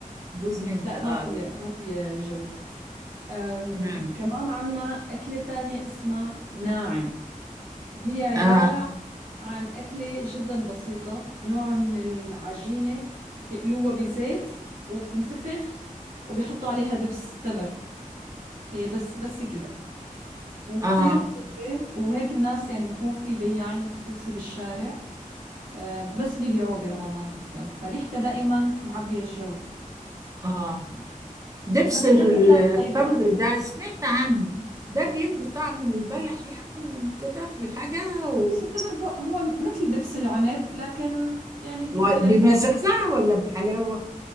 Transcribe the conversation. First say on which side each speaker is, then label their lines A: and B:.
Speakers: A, on the right (about 25°); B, on the right (about 80°).
A: جوز هند
B: لا
A: اه
B: ما فيها
A: لا
B: ما فيها جوز أم
A: تمام
B: كمان عنا أكلة تانية اسمها ناعم وهي عبارة
A: اه
B: عن أكلة جدا بسيطة نوع من العجينة بيقلوها بزيت وبتنتفخ وبيحطوا عليها دبس تمر هي بس بس كده وكتير
A: اه
B: طيبة وهيك الناس يعني بيكون في بياعين خصوصي بالشارع آه، بس بيبيعوه برمضان حصرا فريحته دائما معبية الجو
A: اه دبس
B: هذا
A: ال-
B: غير الأكلات
A: التمر
B: الطيبة فيها
A: ده سمعت عنه ده بيدي طعم البلح يعني وكده في الحاجة و...
B: بس التمر هو هو مثل دبس العنب لكن يعني بيختلف
A: و- بمزازة ولا بحلاوة